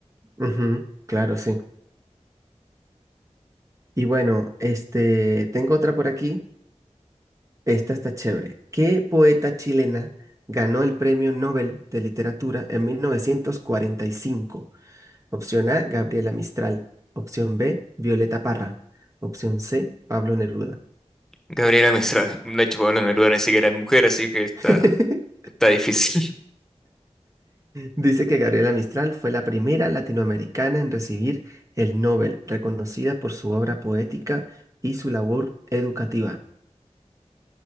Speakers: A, on the right; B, in the centre.
A: ujú, claro, sí. Y bueno, este, tengo otra por aquí. Esta está chévere. ¿Qué poeta chilena ganó el Premio Nobel de Literatura en mil novecientos cuarenta y cinco Opción A, Gabriela Mistral. Opción B, Violeta Parra. Opción C, Pablo Neruda.
B: Gabriela Mistral. De hecho, Pablo Neruda ni siquiera es mujer, así que está
A: <laughs>
B: Está difícil. <laughs>
A: Dice que Gabriela Mistral fue la primera latinoamericana en recibir el Nobel, reconocida por su obra poética y su labor educativa.